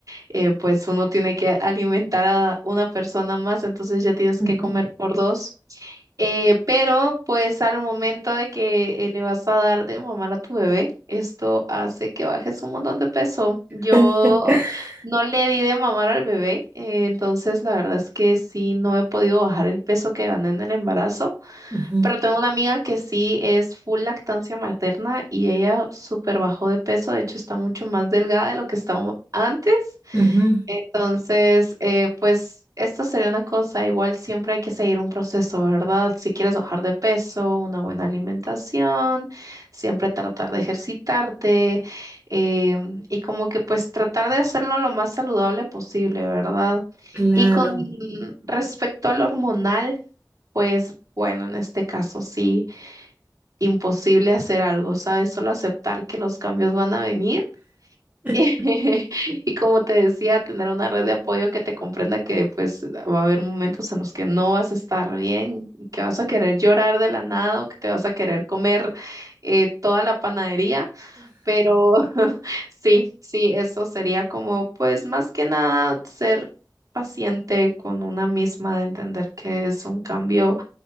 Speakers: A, on the right; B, on the right.
A: eh, pues uno tiene que alimentar a una persona más, entonces ya tienes
B: ujú.
A: que comer por dos. Eh, pero pues al momento de que eh, le vas a dar de mamar a tu bebé, esto hace que bajes un montón de peso. Yo
B: <laughs>
A: no le di de mamar al bebé, eh, entonces la verdad es que sí, no he podido bajar el peso que gané en el embarazo,
B: Ujú,
A: pero tengo una amiga que sí es full lactancia materna y ella súper bajó de peso, de hecho está mucho más delgada de lo que estaba antes.
B: ujú,
A: Entonces, eh, pues esta sería una cosa, igual siempre hay que seguir un proceso, ¿verdad? Si quieres bajar de peso, una buena alimentación, siempre tratar de ejercitarte em, y como que pues tratar de hacerlo lo más saludable posible, ¿verdad?
B: claro.
A: Y con respecto al hormonal, pues bueno, en este caso sí, imposible hacer algo, ¿sabes? Solo aceptar que los cambios van a venir
B: <laughs>
A: <laughs> Y como te decía, tener una red de apoyo que te comprenda que pues va a haber momentos en los que no vas a estar bien, que vas a querer llorar de la nada o que te vas a querer comer eh, toda la panadería, pero <laughs> sí, sí, eso sería como pues más que nada ser paciente con una misma, de entender que es un cambio